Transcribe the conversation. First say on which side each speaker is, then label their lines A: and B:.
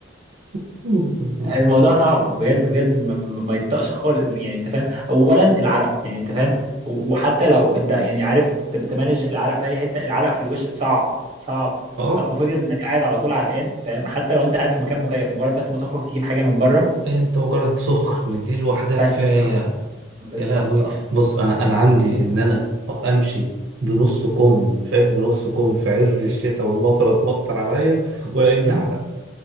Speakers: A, on the right; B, on the right.
A: <laughs>
B: الموضوع صعب بجد بجد ما ما- ما يطقش خالص يعني انت فاهم اولا العرق يعني انت فاهم و- وحتى لو انت يعني عارف تم- تمانج العرق في اي حته العرق في الوش صعب صعب
A: اه
B: صعب وفكره انك قاعد على طول عرقان فاهم حتى لو انت قاعد في مكان مكيف مجرد بس ما تخرج تجيب حاجه من بره
A: انت مجرد سخن دي لوحدها
B: بس
A: كفايه
B: اه بالظبط
A: يا لهوي
B: اه
A: بص انا
B: يعني-
A: انا عندي ان انا امشي بنص كم شايف بنص كم في عز الشتاء والمطره تمطر عليا ولا اني
B: مم.
A: اعرق